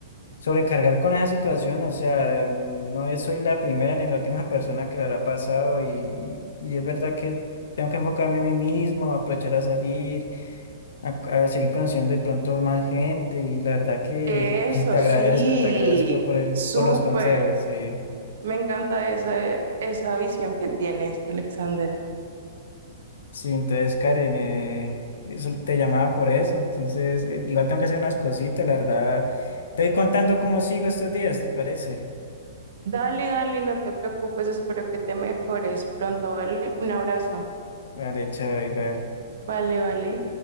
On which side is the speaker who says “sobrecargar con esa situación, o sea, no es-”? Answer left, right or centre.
Left